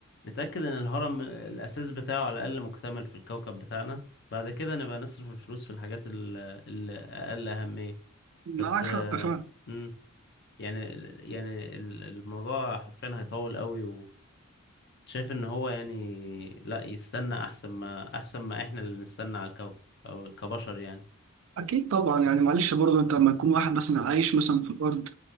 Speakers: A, on the left (about 55°); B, on the right (about 65°).
A: نتأكد إن الهرم الأساس بتاعه على الأقل مكتمل في الكوكب بتاعنا بعد كده نبقى نصرف الفلوس في الحاجات ال- الأقل أهمية
B: معاك
A: بس آه،
B: حق فعلا
A: مم، يعني يعني ال- الموضوع حرفيا هيطول قوي شايف ان هو يعني لا يستنى احسن ما احسن ما احنا اللي نستنى على الكوكب او كبشر يعني
B: اكيد طبعا يعني معلش برضه انت لما تكون واحد مثلا عايش مثلا في الارض